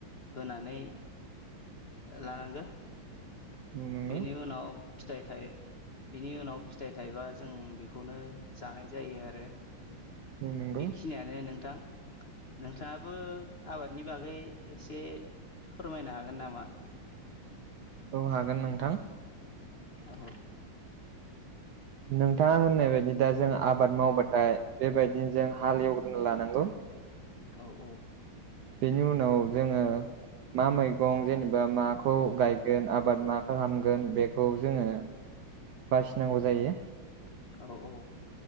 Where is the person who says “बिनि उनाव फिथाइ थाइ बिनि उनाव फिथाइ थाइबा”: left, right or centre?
Left